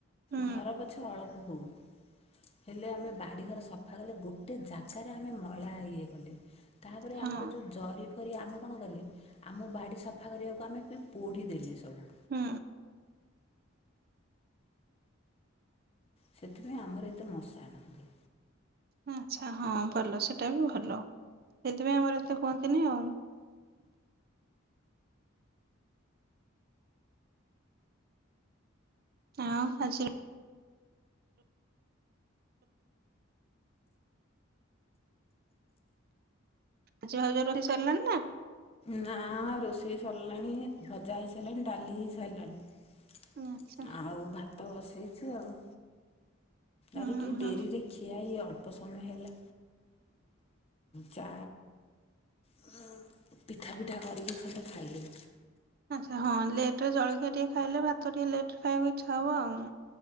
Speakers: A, on the right; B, on the left.
A: ହୁଁ
B: ଘର ପଛ ଅଳପ ହଉ ହେଲେ ଆମେ ବାଡ଼ିଘର ସଫା କଲେ ଗୋଟେ ଜାଗାରେ ଆମେ ମଇଳା ଇଏ କଲେ, ତାପରେ
A: ହଁ
B: ଆମର ଯୋଉ ଜରି କରି ଆମେ କଣ କଲେ ଆମ ବାଡି ସଫା କରିବାକୁ ଆମେ ପୋଢି ଦେଲେ ସବୁ।
A: ହୁଁ।
B: ସେଥିପାଇଁ ଆମର ଏତେ ମଶା ନାହାନ୍ତି।
A: ଆଚ୍ଛା ହଁ ଭଲ ସେଇଟା ବି ଭଲ ସେଥିପାଇଁ ଆମର ଏତେ କୁହନ୍ତିନି ଆଉ। ହଁ ଆଜି <unintelligible> ଭାଉଜ ସରିଲାଣି ନା
B: ନା ରୋଷେଇ ସରିଲାଣି ଭଜା ହେଇ ସାରିଲାଣି ଡାଲି ହେଇ ସାରିଲାଣି।
A: ଆଚ୍ଛା
B: ଆଉ ଭାତ ବସେଇଛୁ ଆଉ।
A: ହୁଁ
B: ଆରେ ଟି
A: ହୁଁ
B: ଡେରିରେ, ଖିଆ ଇ ଅଳ୍ପ ସମୟ ହେଲା ଚା ହଁ ପିଠା ପିଠା କରିକି ଖଣ୍ଡେ ଖାଇଲୁ।
A: ଆଚ୍ଛା ହଁ ଲେଟରେ ଜଳଖିଆ ଟିକେ ଖାଇଲେ ଭାତ ଟିକେ ଲେଟରେ ଖାଇକୁ ଇଚ୍ଛା ହବ ଆଉ।